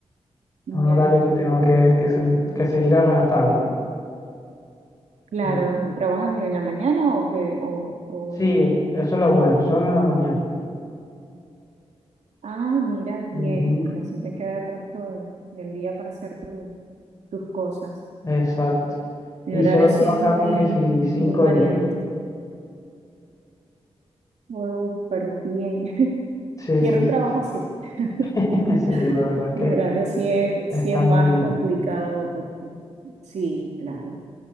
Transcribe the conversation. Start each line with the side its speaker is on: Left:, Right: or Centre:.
Right: Ya,
Left: Es un horario que tengo que,
Right: pero,
Left: que, se- que seguir a rajatabla.
Right: claro,
Left: Mm,
Right: ¿trabajas en la mañana o te, o, o...
Left: Sí, eso es lo bueno, solo en la mañana.
Right: Ah, mira, bien,
Left: Ujú,
Right: porque así te queda el resto de- del día para hacer tu- tus cosas.
Left: Exacto.
Right: Mi
Left: Y
Right: horario
Left: solo
Right: sí
Left: trabajamos
Right: es muy,
Left: que si cinco
Right: muy variante.
Left: horitas.
Right: Oh, pero bien. <laughs>
Left: Sí,
Right: Quiero
Left: sí,
Right: un
Left: sí,
Right: trabajo
Left: sí.
Right: así.
Left: sí.
Right: <laughs>
Left: <laughs> Sí, la verdad es
Right: Mi
Left: que
Right: horario sí es,
Left: está
Right: sí es más
Left: muy bien,
Right: complicado porque sí, claro.